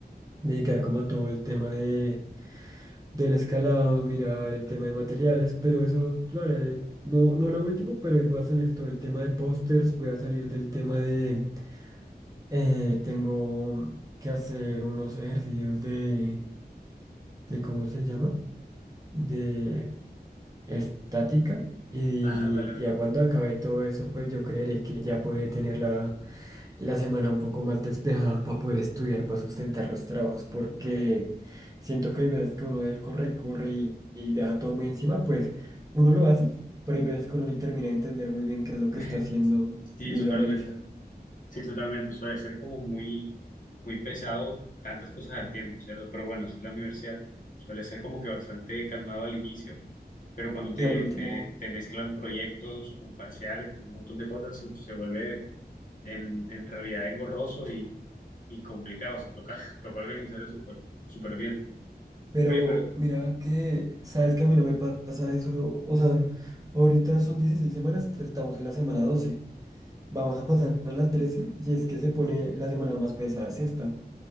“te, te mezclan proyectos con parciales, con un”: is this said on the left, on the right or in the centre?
Left